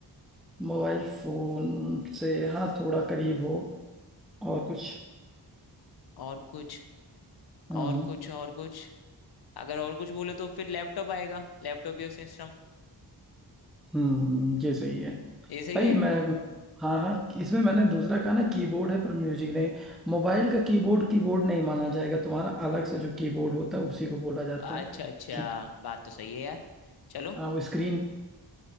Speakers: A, in the centre; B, on the left.
A: मोबाइल फोन से हाँ थोड़ा करीब हो और कुछ
B: और कुछ
A: हाँ
B: और
A: हाँ।
B: कुछ और कुछ अगर और कुछ बोलो तो फिर लैपटॉप आएगा लैपटॉप या सिस्टम
A: हम्म ये सही है
B: ये सही
A: भाई
B: है
A: मैं हाँ हाँ इसमें मैंने दूसरा कहा ना कीबोर्ड है पर म्यूजिक नहीं मोबाइल का कीबोर्ड कीबोर्ड नहीं माना जाएगा तुम्हारा अलग से जो कीबोर्ड होता है उसी को बोला जाता
B: अच्छा
A: है
B: अच्छा
A: कि
B: बात तो सही है यार चलो
A: हाँ वो स्क्रीन